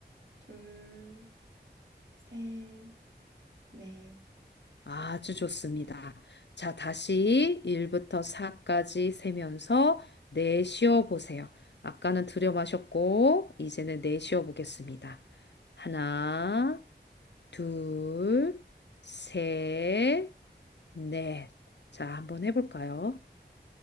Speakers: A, on the right (about 75°); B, on the left (about 75°).
A: 둘, 셋, 넷.
B: 아주 좋습니다. 자, 다시 1부터 4까지 세면서 내쉬어 보세요. 아까는 들여 마셨고, 이제는 내쉬어 보겠습니다. 하나, 둘, 셋, 넷. 자, 한번 해볼까요?